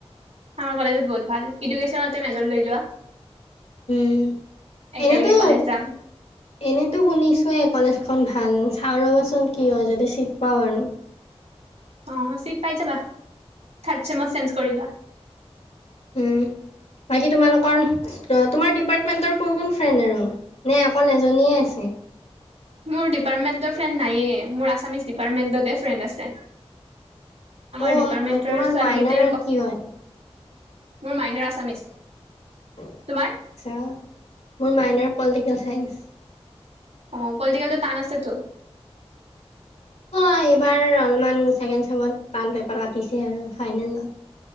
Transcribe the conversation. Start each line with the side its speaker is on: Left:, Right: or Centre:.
Right: আমাৰ কলেজত বহুত ভাল এডুকেশ্যনতে মেজৰ লৈ লোৱা
Left: উম
Right: একেলগে
Left: এনেতো
Right: কলেজ যাম।
Left: এনেতো শুনিছোয়ে কলেজ এখন ভাল চাওঁ ৰ'বাচোন কি হয় যদি চিট পাওঁ আৰু
Right: অঁ চিট পাই যাবা থাৰ্ড চেমত চেঞ্জ কৰি লোৱা
Left: উম বাকি তোমালোকৰ তোমাৰ ডিপাৰ্টমেন্টৰ কোন কোন ফ্ৰেণ্ড আৰু নে অকল এজনীয়ে আছে?
Right: মোৰ ডিপাৰ্টমেণ্টৰ ফ্ৰেণ্ড নায়য়েই মোৰ আছামিছ ডিপাৰ্টমেণ্টতে ফ্ৰেণ্ড আছে। আমাৰ
Left: অ'
Right: ডিপাৰ্মেন্টৰ
Left: তোমাৰ
Right: ছোৱালী
Left: মাইনৰ
Right: কিতা ইমান কথা,
Left: কি হয়?
Right: মোৰ মাইনৰ আছামিছ। <inaudible>
Left: আচ্ছা,
Right: তোমাৰ?
Left: মোৰ মাইনৰ পলিটিকেল চাইন্স।
Right: অ পলিটিকেলটো টান আছেটো।
Left: অ এইবাৰ অলপমান ছেকেণ্ড চেমত টান পেপাৰ কাটিছে আৰু ফাইনেলত।